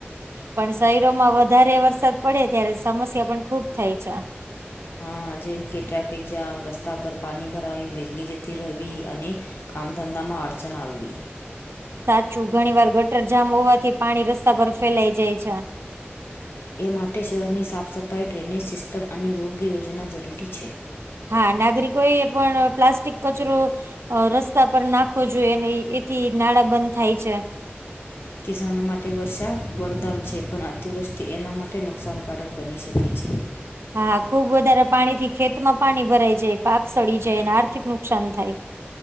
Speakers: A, on the right (about 85°); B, on the left (about 70°).
A: પણ શહેરોમાં વધારે વરસાદ પડે ત્યારે સમસ્યા પણ ખુબ થાય છે.
B: હા જેમ કે ટ્રાફિક જામ રસ્તા પર પાણી ભરાયું બિજલી જતી રેવી અને કામ ધંધામાં અડચણ આવવી
A: સાચું ઘણી વાર ગટર જામ હોવાથી પાણી રસ્તા પર ફેલાય જાય છે
B: એ માટે શહેરની સાફ સફાઈ ડ્રેનેજ સિસ્ટમ અને યોગ્ય યોજના જરૂરી છે
A: હા નાગરિકો એ પણ પ્લાસ્ટિક કચરો અ રસ્તા પર નાખો જોઈએ નઈ એથી નાળા બંધ થાય છે
B: કિસાનો માટે વરસાદ વરદાન છે પણ અતિવૃષ્ટિ એના માટે નુકસાનકારક બની શકે છે
A: હા હા ખુબ વધારે પાણીથી ખેતમાં પાણી ભરાઈ જાય પાક સડી જાય અને આર્થિક નુકસાન થાય